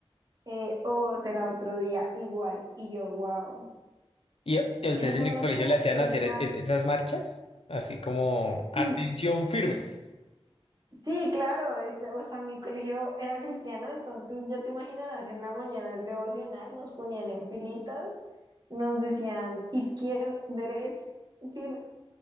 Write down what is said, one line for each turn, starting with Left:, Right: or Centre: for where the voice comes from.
Right: eh, o será otro día igual, y yo, wow.
Left: ¿Y a- y a ustedes
Right: Eso fue
Left: en el
Right: uno
Left: colegio
Right: de los castigos
Left: le hacían hacer e-
Right: más,
Left: esas marchas? Así como, atención,
Right: sí,
Left: firmes.
Right: Sí, claro, es- o sea, mi colegio era cristiano, entonces ya te imaginarás, en la mañana el devocional nos ponían en filitas, nos decían izquierda, derecha, fil-